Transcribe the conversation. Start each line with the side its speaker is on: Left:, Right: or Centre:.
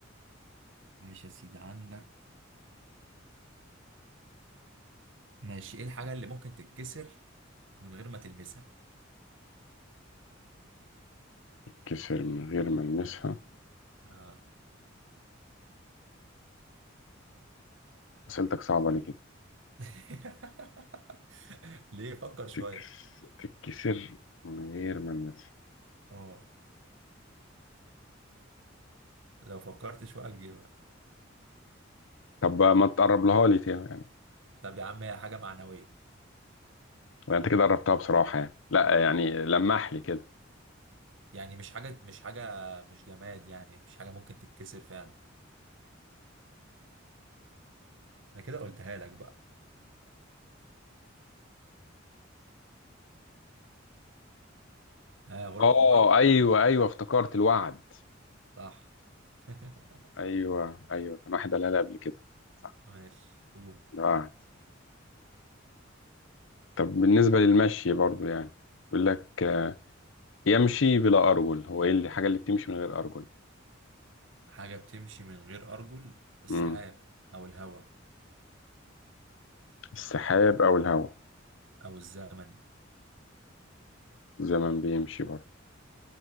Right: ماشي يا سيدي عندك ماشي ايه الحاجه اللي ممكن تتكسر من غير ما تلمسها
Left: كسر من غير ما يلمسها
Right: اه
Left: أسئلتك صعبة ليه كده
Right: <laughs> ليه فكر شويه
Left: تتكس- تتكسر من غير ما الناس
Right: اه لو فكرت شويه تجيبها
Left: طب ما تقرب لها لي تاني يعني
Right: طب يا عم هي حاجه معنويه
Left: ولا انت كده قربتها بصراحة يعني لا يعني لمح لي كده
Right: يعني مش حاجه مش حاجه مش جماد يعني مش حاجه ممكن تتكسر فعلا انا كده قلتها لك بقى ها غلب
Left: اه
Right: حمارك
Left: ايوه ايوه افتكرت الوعد
Right: صح <laughs>
Left: ايوه ايوه كان واحد قالها لي قبل كده صح
Right: ماشي قول
Left: الوعد طب بالنسبة للمشي برضو يعني بيقول لك آه، يمشي بلا ارجل هو ايه اللي- الحاجة اللي بتمشي من غير ارجل
Right: حاجة بتمشي من غير أرجل السحاب
Left: امم
Right: أو الهواء
Left: السحاب او الهواء
Right: أو الزمن
Left: الزمن بيمشي برضو